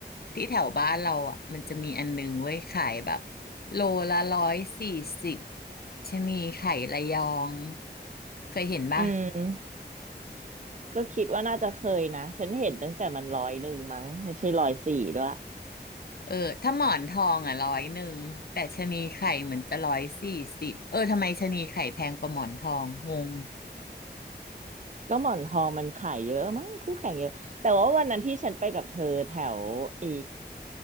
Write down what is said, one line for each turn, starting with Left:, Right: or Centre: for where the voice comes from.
Left: ที่แถวบ้านเราอ่ะมันจะมีอันนึงไว้ยขายแบบโลละร้อยสี่สิบชะนีไข่ระยองเคยเห็นป่ะ
Right: อืมก็คิดว่าน่าจะเคยนะฉันเห็นตั้งแต่มันร้อยหนึ่งมั้งไม่ใช่ร้อยสี่ด้วย
Left: เออถ้าหมอนทองอ่ะร้อยหนึ่งแต่ชะนีไข่เหมือนจะร้อยสี่สิบเออทำไมชะนีไข่แพงกว่าหมอนทองงง
Right: ก็หมอนทองมันขายเยอะมั้งคู่แข่งเยอะแต่ว่าวันนั้นที่ฉันไปกับเธอแถวอี